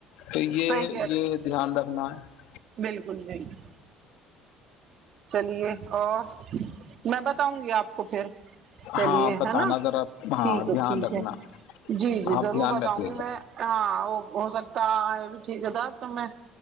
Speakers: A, on the left (about 75°); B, on the right (about 45°).
A: تو یہ
B: صحیح کہ رہ
A: یہ دھیان رکھنا ہے
B: بالکل بالکل چلیے اور میں بتاؤں گی آپ کو پھر چلیے
A: ہاں بتانا
B: ہے نا
A: ذرا ہاں
B: ٹھیک ہے
A: دھیان
B: ٹھیک
A: رکھنا
B: ہے جی جی
A: آپ
B: ضرور
A: دھیان
B: بتاؤں
A: رکھیے
B: گی
A: گا
B: میں ہاں اوکے ہو سکتا یہ بھی ٹھیک ہے تھا تو میں